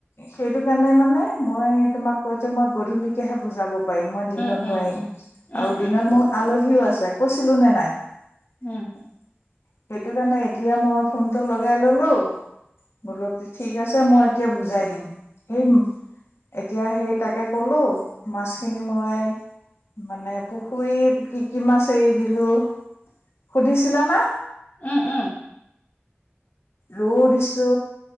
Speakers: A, on the left (about 80°); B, on the left (about 35°).
A: সেইটো কাৰণে মানে মই তোমাক কৈছো মই গধূলিকেহে বুজাব পি মই দিনত
B: উম, উম,
A: নোৱাৰিম
B: উম, উম,
A: আৰু
B: উম,
A: দিনত মোৰ আলহীও আছে কৈছিলো নে নাই সেইটো
B: উম,
A: কাৰণে এতিয়া মই ফোনটো লগাই ললো বোলো ঠিক আছে মই <inaudible> মই মানে পুখুৰী কি কি মাছ এৰি দিলো সুধিছিলা না
B: উম, উম,
A: ৰু দিছো